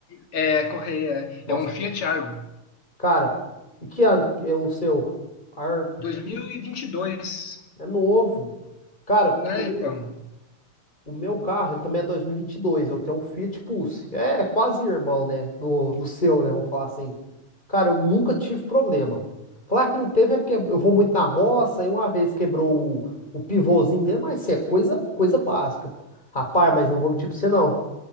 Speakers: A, on the left; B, on the left.
A: É a correia,
B: Nossa,
A: é um Fiat Argo,
B: cara. E que ano que é o seu? Ar...
A: 2022,
B: É novo. Cara,
A: né,
B: eu
A: então?
B: O meu carro, ele também é 2022. Eu tenho um Fiat Pulse. É quase irmão, né? Do, do seu, né? Vamos falar assim. Cara, eu nunca tive problema. Falar que não teve é porque eu vou muito na roça e uma vez quebrou o, o pivôzinho dele, mas isso é coisa, coisa básica. Rapaz, mas eu não vou mentir pra você, não.